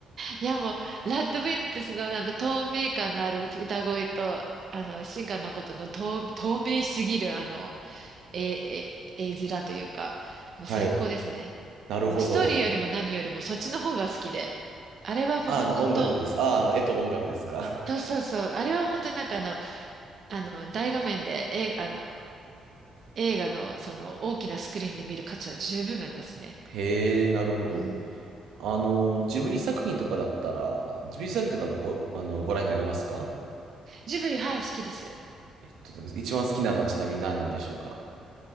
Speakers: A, on the right; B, on the right.
A: いやもう、ラッドウィンプスのあの、透明感のある歌声と、あの、新海誠の透、透明すぎるあの、え、え、絵面というか、もう最高ですね。
B: はい。なるほど。
A: ストーリーよりも何よりもそっちの方が好きで。あれはもうほんと、
B: あ、あの音楽です。あ、あの絵と音楽ですか。
A: そうそうそう、あれは本当になんかあの、あの、大画面で映画、あの、映画のその大きなスクリーンで見る価値は十分ありますね。
B: へえ、なるほど。
A: うん
B: あの、ジブリ作品とかだったら、あジブリ作品とかお、あの、ご覧になりますか
A: ジブリ、はい、好きです。
B: えっと、一番好きなのはちなみに何なんでしょうか